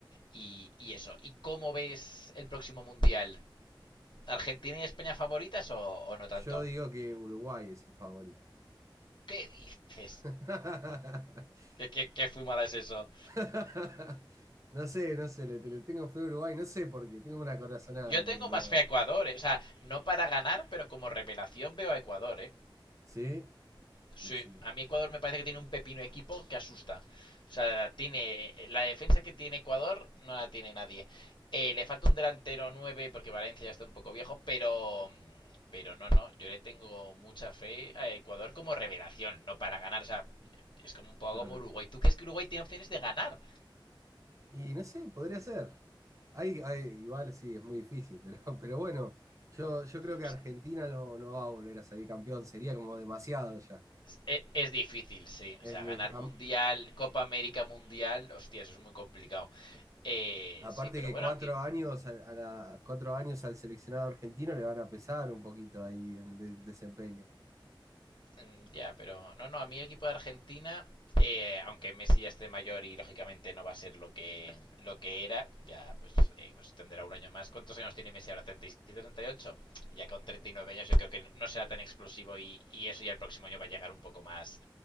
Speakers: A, on the left (about 65°); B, on the right (about 35°).
A: y, y eso. ¿Y cómo ves el próximo mundial? ¿Argentina y España favoritas o, o no tanto?
B: Yo digo que Uruguay es el favorito.
A: ¿Qué dices?
B: <laughs>
A: ¿Qué, qué, qué fumada es eso?
B: <laughs> No sé, no sé, le, le tengo fe a Uruguay, no sé por qué, tengo una corazonada
A: Yo tengo
B: con Uruguay.
A: más fe a Ecuador, eh. O sea, no para ganar, pero como revelación veo a Ecuador, ¿eh?
B: ¿Sí?
A: Sí,
B: Sí, sí,
A: a mí Ecuador me parece que tiene un pepino equipo que asusta. O sea, tiene la defensa que tiene Ecuador no la tiene nadie. Eh, le falta un delantero 9 porque Valencia ya está un poco viejo, pero pero no, no, yo le tengo mucha fe a Ecuador como revelación, no para ganar, o sea, es como un poco
B: claro.
A: como Uruguay. ¿Tú crees que Uruguay tiene opciones de ganar?
B: Y no sé, podría ser. Hay, hay- igual sí, es muy difícil, <laughs> pero, pero bueno, yo, yo creo que
A: Es,
B: Argentina no, no va a volver a salir campeón, sería como demasiado ya.
A: es- es difícil, sí.
B: Es
A: O sea,
B: muy,
A: ganar
B: am-
A: Mundial, Copa América Mundial, hostia, eso es muy complicado. Eh,
B: aparte
A: sí, pero
B: que
A: bueno,
B: cuatro
A: aquí
B: años, al- a, la- cuatro años al seleccionado argentino le van a pesar un poquito ahí en el de- desempeño.
A: Mm, Ya, pero no, no, a mí el equipo de Argentina, eh, aunque Messi ya esté mayor y lógicamente no va a ser lo que, lo que era, ya pues, eh, pues tendrá un año más. ¿Cuántos años tiene Messi ahora? ¿37, 38? Ya con 39 años yo creo que no será tan explosivo y, y eso ya el próximo año va a llegar un poco más